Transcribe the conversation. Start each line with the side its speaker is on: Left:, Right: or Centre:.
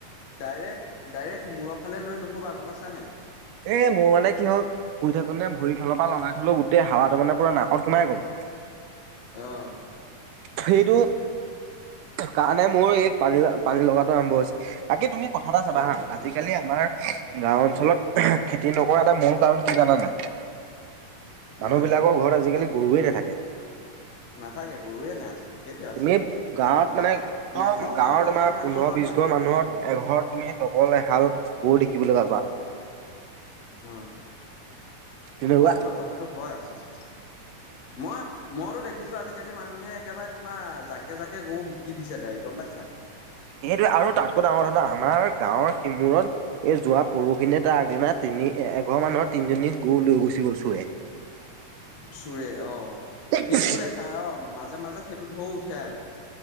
Left: ডাইৰেক্ট ডাইৰেক্ট মূৰৰ ফালে লৈ নুশুবা গম পাইছা নাই?
Right: এ, মোৰ মানে কি হ'ল শুই থাকোঁত ভৰিৰ ফালৰপৰা লগাই থলো, গোটেই হাৱাটো মানে পুৰা নাকত সোমাই গ'ল।
Left: অ'।
Right: সেইটো কাৰণে মোৰ এই পানী পানী লগাটো আৰম্ভ হৈছে। বাকী তুমি কথা এটা চাবা
Left: অ
Right: হা
Left: অ
Right: আজি আজিকালি আমাৰ গাওঁ অঞ্চলত খেতি নকৰা এটা মূল কাৰণ কি জানা নাই? মানুহবিলাকৰ
Left: অ
Right: ঘৰত আজিকালি গৰুৱে নাথাকে।
Left: নাথাকে গৰুৱে নাই। আচলতে সেইটোৱে আচলতে
Right: তুমি
Left: কথাটো।
Right: গাঁৱত
Left: হাল
Right: মানে একদম
Left: নাঙল
Right: গাঁৱৰ
Left: না আজিকালি
Right: তোমাৰ
Left: মানুহৰ
Right: পোন্ধৰ
Left: ঘৰত
Right: বিশ
Left: না
Right: ঘৰ মানুহৰ
Left: উম
Right: এঘৰত তুমি ব'বলে এহাল গৰু দেখিবলৈ পাবা।
Left: অ'
Right: তেনেকুৱা
Left: হয় হয় কথাটো হয় আচলতে। মই মইতো দেখিছোঁ আজিকালি মানুহে একেবাৰে তোমাৰ জাকে জাকে গৰু বিকি দিছে তাইক গম পাইছা?
Right: এইটোৱে আৰু তাতকৈ ডাঙৰ কথা আমাৰ গাঁৱৰ সিমুৰত এই যোৱা পৰহখিনিয়ে তাৰ আগদিনা তিনি এ, এঘৰ মানুহৰ তিনিজনী গৰু লৈ গুচি গল চোৰে।
Left: চোৰে অ'।
Right: অ
Left: সেইটোও দেখা অ' মাজে মাজে সেইটো ঢৌ উঠে আকৌ।